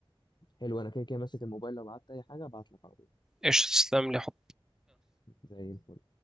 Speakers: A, on the left; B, in the centre.
A: حلو انا كده كده ماسك الموبايل لو قعدت اي حاجه ابعت لك على طول
B: ايش تسلم لي حب
A: زي الفل